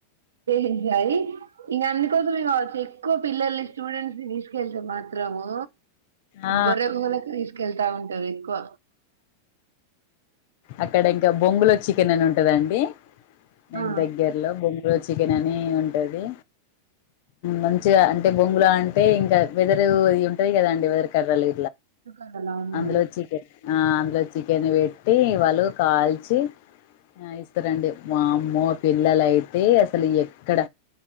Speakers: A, on the right; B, on the left.
A: ఎంజాయ్ ఇక అందుకోసమే కావచ్చు ఎక్కువ పిల్లల్ని స్టూడెంట్స్ ని తీసుకెళ్తే మాత్రము
B: ఆ
A: బొర్ర గుహల కు తీసుకు వెళ్తా ఉంటారు ఎక్కువ
B: అక్కడ ఇకా బొంగులో చికెన్ అని ఉంటదండి దాని
A: ఆ
B: కి దగ్గర లో బొంగులో చికెన్ అని ఉంటది మంచిగా అం టే బొంగులా అంటే ఇంకా వెదురు ఇవి ఉంటాయి కదా అండి వెదురు కర్రలు
A: అవునవును
B: అందులో చికెన్ ఆ అందులో చికెన్ పెట్టి వాళ్ళు కాల్చి ఇస్తరండి వామ్మో పిల్లల అయితే అసలు ఎక్కడ